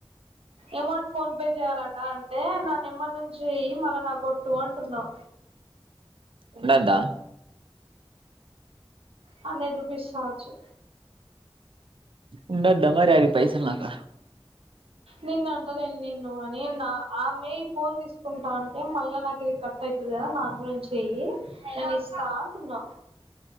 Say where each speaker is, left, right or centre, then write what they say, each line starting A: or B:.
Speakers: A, on the right; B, on the right.
A: అమౌంట్ ఫోన్ పే చేయాలట అంటే నా నెంబర్ నుంచి చెయ్యి మళ్ళ నా కొట్ తుఅంటున్నా
B: ఉండద్దా
A: హండ్రెడ్ రుపీస్ కావచ్చు
B: ఉండద్ద మరి అవి పైసల్ నాకడ
A: నిన్నంటలేన్ నిన్ను కనీ నా ఆమె ఈ ఫోన్ తీసుకుంటా అంటే మళ్ళా నాకు ఇది కట్ అయితది కదా నాదంట్ల నుంచి చెయ్యి నేను ఇస్తా అంటున్నా